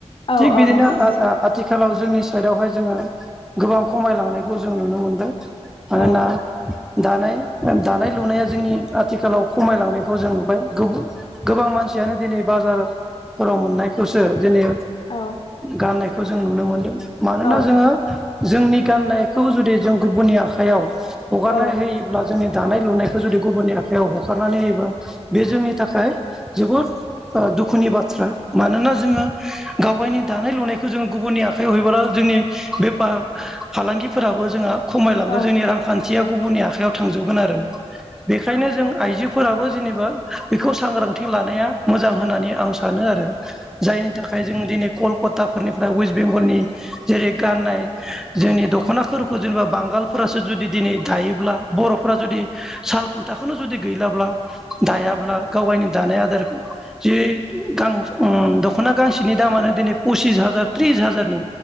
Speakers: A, on the left; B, in the centre.
A: औ
B: थिख
A: औ
B: बिदिनो
A: नंगौ
B: अ-अ आथिखालाव। जोंनि साइडआवहाय जोङो गोबां खमायलांनायखौ जों नुनो मोनदों मानोना।
A: औ औ
B: दानाय दानाय लुनाया जोंनि आथिखालाव खमायलांनायखौ जों नुबाय गोबां गोबां मानसि। यानो दिनै बाजारफोराव मोननायखौसो दिनै।
A: औ
B: गाननायखौ जों नुनो मोनदों मानोना
A: औ
B: जोङो जोंनि। गाननायखौ जुदि जों गुबुननि आखाइायाव हगारनाय
A: औ
B: होयोब्ला जोंनि दानाय लुनाय जुदि गुबुननि आखाइायाव हखारनानै होयोबा बे जोंनि थाखाय। जोबोद ओ-दुखुनि बाथ्रा मानोना जोङो गाव गायनि। दानाय लुनायखौ जोंङो गुबुननि आखाइायाव हैबोला जोंनि बेफार फालांगिफोराबो जोंहा। खमायलांगोन
A: औ
B: जोंनि रांखान्थिया गुबुननि आखायाव थांजोबगोन आरो। बेखायनो जों आइजोफोराबो जेनेबा बेखौ सांग्रांथि लानाया। मोजां होननानै आं सानो आरो जायनि थाखाय जों दिनै कलकाता। फोरनिफ्राय वेस्ट बेंगलनि। जेरै गाननाय जोंनि दखनाफोरखौ जेनेबा बांगालफोरासो जुदि दिनै दायोब्ला बरफो फोरा जुदि साल खुन्थाखौनो जुदि गैलाब्ला। दायाब्ला गाव गायनि दानाय आदारखौ जे गां ओम दखना गांसेनि दामानो दिनै फसिस हाजार त्रिस हाजारनि।